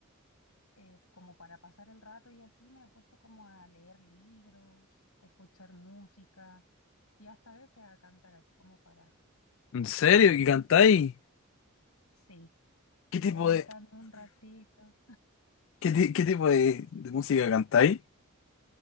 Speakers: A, on the left; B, on the left.
A: eh, como para pasar el rato y así me he puesto como a leer libros, a escuchar música y hasta a veces a cantar así como para,
B: ¿En serio? ¿Y cantáis?
A: sí,
B: ¿Qué
A: sí,
B: tipo
A: ahí
B: de,
A: canto un ratito,
B: qué, ti- qué tipo de, de música cantáis?